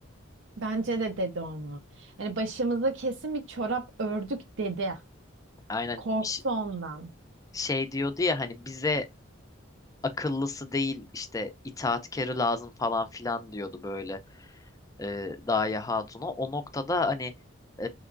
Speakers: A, on the right (about 65°); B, on the left (about 15°).
A: Bence de dedi onu. Hani başımıza kesin bir çorap ördük dedi.
B: aynen
A: Korktu
B: ş-
A: ondan.
B: şey diyordu ya hani bize akıllısı değil işte itaatkarı lazım falan filan diyordu böyle e, Gaye Hatun'a. O noktada hani e,